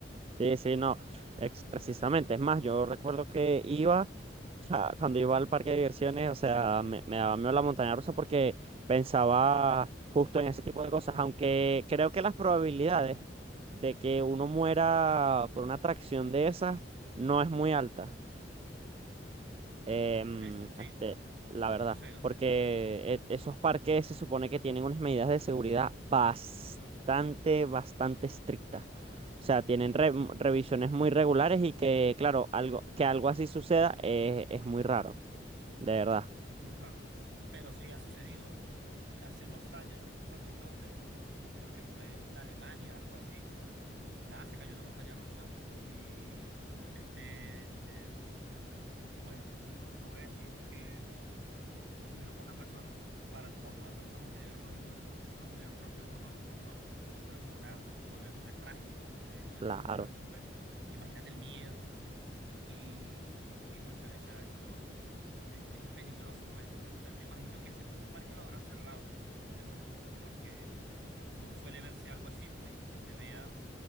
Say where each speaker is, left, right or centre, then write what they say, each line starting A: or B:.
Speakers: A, on the right; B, on the right.
A: Sí, sí, no, es precisamente, es más, yo recuerdo que iba, o sea, cuando iba al parque de diversiones, o sea, me, me daba miedo la montaña rusa porque pensaba justo en ese tipo de cosas, aunque creo que las probabilidades de que uno muera
B: ¿Mm?
A: por una atracción de esas no es muy alta em,
B: Es, sí,
A: este, la verdad,
B: lo sé, lo
A: porque
B: sé.
A: eh, esos parques se supone que tienen unas medidas de seguridad bastante, bastante estrictas. O sea, tienen re- revisiones muy regulares y que, claro, algo, que algo así suceda eh, es muy raro, de verdad,
B: Muy raro. Pero sí ha sucedido. Hace unos años, no recuerdo en dónde, creo que fue en Alemania, algo así. Nada, se cayó una montaña rusa y, eh, eh, eh, bueno, no, no voy a decir que murieron pocas personas. Para el poco de personas que debieron haber muerto, solo murieron creo que uno o dos personas. Pero fue una, fue, fue trágico, fue una
A: claro.
B: catástrofe. Imagínate el miedo y, y que, cónchale, o sea, esto. peligroso, pues. Yo cre- me imagino que ese parque lo habrán cerrado de una, porque no suele verse algo así, pues, y que se vea